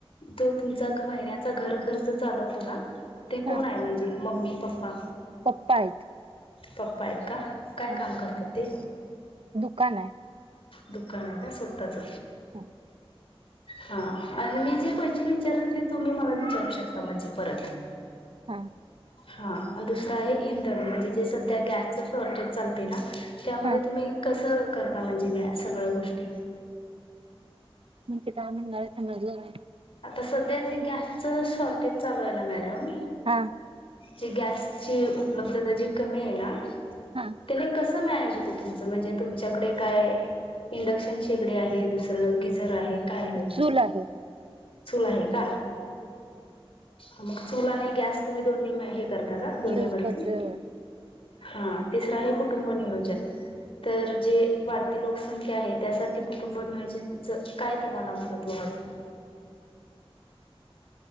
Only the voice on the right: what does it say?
हा
पप्पा आहेत.
हा
दुकान आहे.
हो.
हा
हा
म्हणजे काय म्हणणारे समजलं नाही?
हा
हा
चूल आहे
युज
करतोय